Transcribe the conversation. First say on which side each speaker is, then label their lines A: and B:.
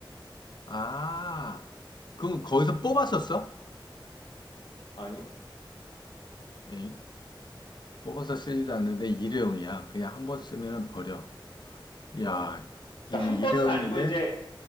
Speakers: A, on the left (about 55°); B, on the left (about 75°).
A: 아, 그럼 거기서 뽑아서 써?
B: 아니?
A: 에잉? 뽑아서 쓰지도 않는데 일회용이야. 그냥 한번 쓰면 버려.
B: 어.
A: 야, 이-
B: 그러니까
A: 일회용인데?
B: 한 번은 아니고, 이제